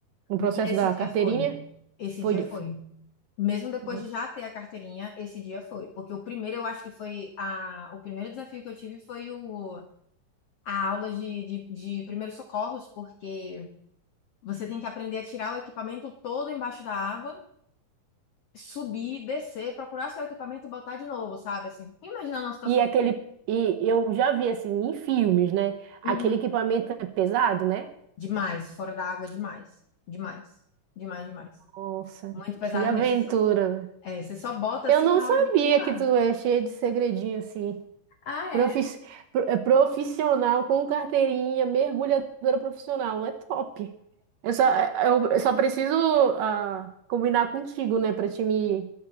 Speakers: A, on the right; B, on the left.
A: no
B: Menina,
A: processo
B: esse
A: da
B: dia
A: carteirinha?
B: foi. Esse
A: Foi
B: dia
A: de,
B: foi. Mesmo depois
A: nossa.
B: de já ter a carteirinha, esse dia foi. Porque o primeiro, eu acho que foi a... O primeiro desafio que eu tive foi o... a aula de, de, de primeiros socorros, porque você tem que aprender a tirar o equipamento todo embaixo da água, subir, descer, procurar seu equipamento e botar de novo, sabe? Assim, imaginando uma situação...
A: E aquele, e eu já vi assim em filmes, né? Aquele
B: Uhum.
A: equipamento é pesado, né?
B: Demais, fora da água, demais. Demais. Demais, demais.
A: Nossa,
B: Muito pesado
A: que aventura.
B: mesmo. Você só, é, você só bota
A: Eu
B: assim
A: não
B: na
A: sabia
B: hora de pular.
A: que tu é cheio de segredinho assim.
B: Ah,
A: Profis-
B: é?
A: pro- é Profissional com carteirinha, mergulhadora profissional, é top. Eu só, é, eu eu só preciso ah, combinar contigo, né, Pra te me,